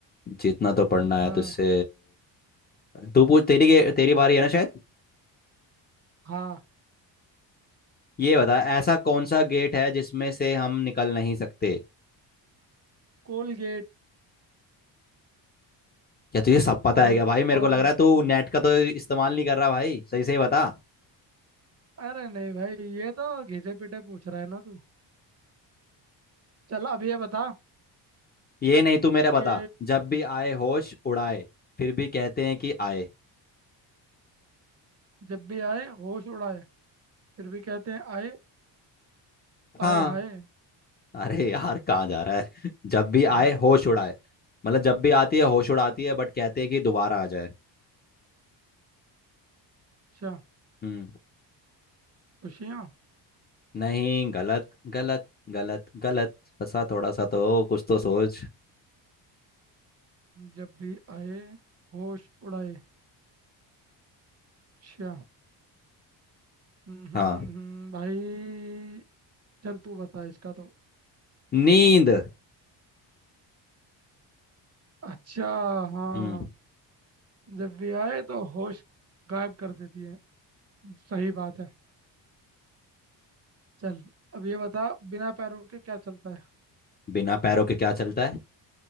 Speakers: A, on the left (about 25°); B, on the right (about 35°).
A: जीतना तो पड़ना है
B: हाँ
A: तुझसे तू पूछ तेरी गे- तेरी बारी है ना शायद
B: हाँ
A: ये बता ऐसा कौन सा गेट है जिसमें से हम निकल नहीं सकते
B: कोलगेट
A: क्या तुझे सब पता
B: और
A: है क्या भाई मेरे
B: और
A: को लग रहा है तू नेट का तो इस्तेमाल नहीं कर रहा भाई सही सही बता
B: अरे नहीं भाई ये तो घिसे पीटे पूछ रहा है ना तू चल अब ये बता
A: ये नहीं तू मेरा बता
B: कि
A: जब भी आए होश उड़ाए फिर भी कहते हैं कि आए
B: जब भी आए होश उड़ाए फिर भी कहते हैं आए आए
A: हाँ
B: हाय
A: अरे यार कहाँ जा रहा है <laughs> जब भी
B: हम्म,
A: आए होश उड़ाए मतलब जब भी आती है होश उड़ाती है बट कहते हैं कि दोबारा आ जाए
B: अच्छा
A: हम्म
B: खुशियाँ
A: नहीं गलत गलत गलत गलत फंसा थोड़ा सा तो कुछ तो सोच
B: जब भी आए होश उड़ाए अच्छा हम्म, हम्म,
A: हाँ
B: हम्म, हम्म, भाई चल तू बता इसका तो
A: नींद
B: अच्छा हाँ
A: हम्म
B: जब भी आए तो होश गायब कर देती है सही बात है चल अब ये बता बिना पैरों के क्या चलता है
A: बिना पैरों के क्या चलता है